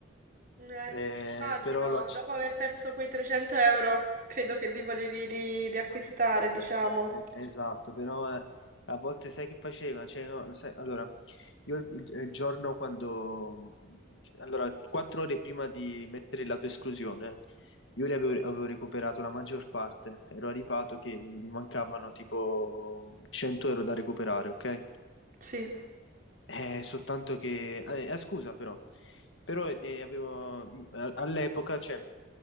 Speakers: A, on the right; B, on the left.
A: Eh,
B: Eh,
A: sì, immagino,
B: però lo acc-
A: dopo aver perso quei 300 euro, credo che li volevi ri- riacquistare, diciamo.
B: eh, esatto, però eh, a volte sai che faceva? Cioè, no, sai- allora, Io il, il- il giorno quando... Allora, quattro ore prima di mettere la tua esclusione, io le avevo, avevo recuperato la maggior parte. Ero arrivato che mi mancavano tipo 100 euro da recuperare, ok?
A: Sì.
B: Eh, soltanto che... eh, eh, scusa però, però eh, avevo... a- All'epoca, cioè,